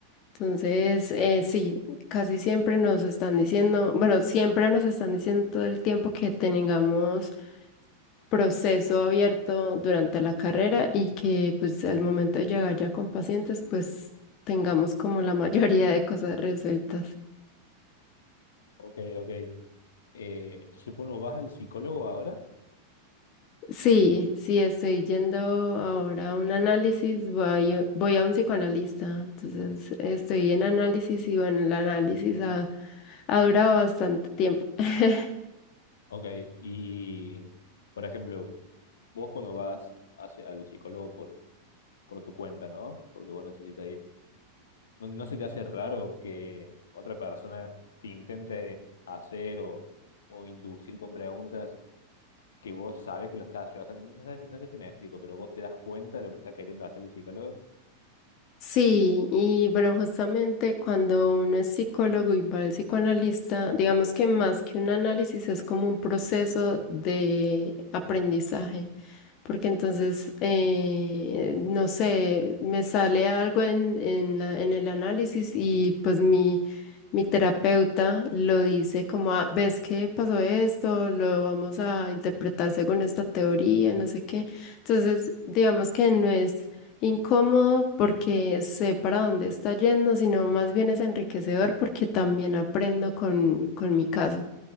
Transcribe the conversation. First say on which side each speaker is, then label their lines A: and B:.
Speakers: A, on the left (about 40°); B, on the left (about 65°).
A: Entonces, eh, sí, casi siempre nos están diciendo, bueno, siempre nos están diciendo todo el tiempo que tengamos proceso abierto durante la carrera y que pues al momento de llegar ya con pacientes, pues tengamos como la <laughs> mayoría de cosas resueltas.
B: Ok, ok. Eh, entonces, uno vas al psicólogo ahora,
A: Sí, sí, estoy yendo ahora a un análisis, voy, voy a un psicoanalista, entonces estoy en análisis y bueno, el análisis ha, ha durado bastante tiempo. <laughs>
B: ok, y, por ejemplo, vos cuando vas hacia, al psicólogo por, por tu cuenta, ¿no? Porque vos necesitas ir ¿No, no se te hace raro que otra persona te intente hacer o, o inducir con preguntas que vos sabes que lo estás haciendo? O sea, no no sé, no sé si me explico, pero vos te das cuenta de lo que está queriendo hacer el psicólogo.
A: Sí, y bueno, justamente cuando uno es psicólogo y va al psicoanalista, digamos que más que un análisis es como un proceso de aprendizaje, porque entonces, eh, no sé, me sale algo en, en la- en el análisis y pues mi, mi terapeuta lo dice como, "Ah, ¿ves que pasó esto? Lo vamos a interpretar según esta teoría, no sé qué. Entonces, digamos que no es incómodo porque sé para dónde está yendo, sino más bien es enriquecedor porque también aprendo con, con mi caso.